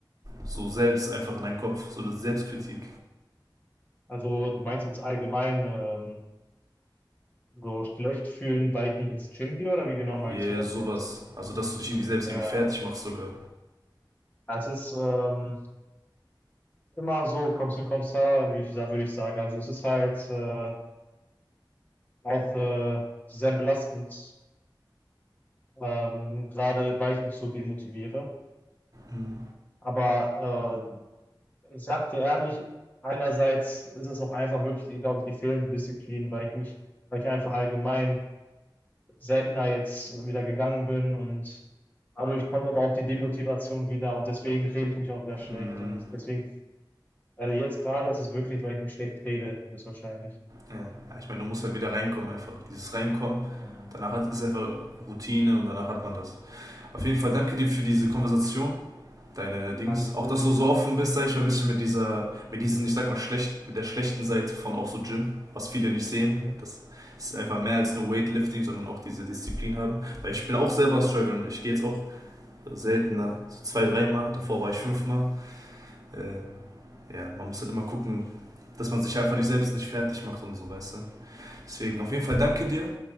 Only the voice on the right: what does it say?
so selbst einfach in deinem Kopf, so eine Selbstkritik?
Yeah,
sowas.
Also, dass du dich irgendwie selbst
irgendwie fertig machst sogar.
Mhm.
Mhm.
Ja, Ja, ich meine, du musst halt wieder reinkommen einfach. Dieses Reinkommen,
danach hat, ist einfach Routine und danach hat man das. Auf jeden Fall danke dir für diese Konversation, deine Dings.
Auch, dass du so offen bist, sag ich mal, ein bisschen mit dieser, mit diesen, ich sag mal, schlecht, mit der schlechten Seite von auch so Gym, was viele nicht sehen.
Das ist einfach mehr als nur Weightlifting, sondern auch diese Disziplin haben. Weil ich bin auch selber struggling. Ich gehe jetzt auch seltener, so zwei, dreimal. Davor war ich fünfmal. Äh, ja, man muss halt immer gucken, dass man sich einfach nicht selbst nicht fertig macht und so, weißt du. Deswegen auf
jeden Fall danke dir